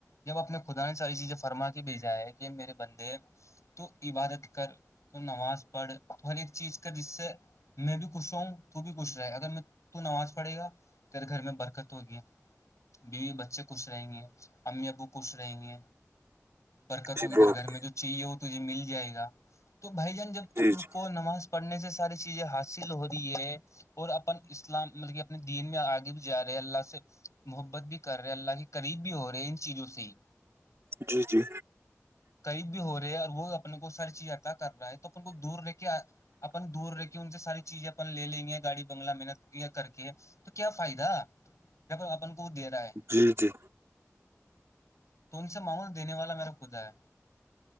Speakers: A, on the left; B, on the right.
A: جب اپنے خدا نے ساری چیزیں فرما کے بھیجا ہے کہ میرے بندے تو عبادت کر تو نماز پڑھ تو ہر ایک چیز کا جس سے میں بھی خوش رہ ہوں تو بھی خوش رہے اگر میں تو نماز پڑھے گا پھر گھر میں برکت ہوگی بیوی بچے خوش رہیں گے امی ابو خوش رہیں گی برکت
B: جی
A: ہوی ادھر
B: بہت
A: گھر میں جو چاہیے وہ تجھے مل جائے گا تو بھائی جان جب
B: جی
A: اپ
B: جی
A: کو نماز پڑھنے سے ساری چیزیں حاصل ہو رہی ہے اور اپن اسلام مطلب کہ اپنے دین میں آگے بھی جا رہے ہیں اللہ سے محبت بھی کر رہے ہیں اللہ کی قریب بھی ہو رہے ہیں ان چیزوں سے ہی
B: جی جی
A: قریب بھی ہو رہے ہے اور وہ اپنے کو سر چیز عطا کر رہا ہے تو اپنے کو دور رہ کے اپن دور رہ کے ان سے ساری چیزیں اپن لے لیں گے گاڑی بنگلہ میںنت یہ کر کے تو کیا فائدہ جب اپن کو وہ دے رہا ہے
B: جی جی
A: تو ان سے معمول دینے والا میرا خدا ہے